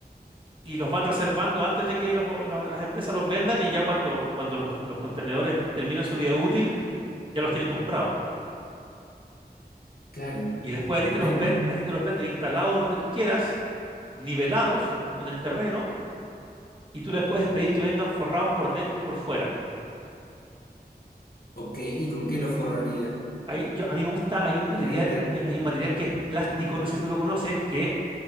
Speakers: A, on the right (about 30°); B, on the left (about 60°).
A: y los van reservando antes de que los- los- las empresas los vendan y ya cuando, cuando los, los contenedores terminan su vida útil, ya los tienen comprados.
B: claro.
A: Y después a
B: Tremendo.
A: ti te los ven, a ti te los venden instalados donde tú quieras, nivelados en el terreno, y tú les puedes pedir que vengan forrados por dentro y por fuera.
B: Ok, ¿y con qué lo forraría?
A: Ahí yo, a mí me gusta, hay un material
B: Madera.
A: que, hay un material que es plástico, no sé si tú lo conoces, que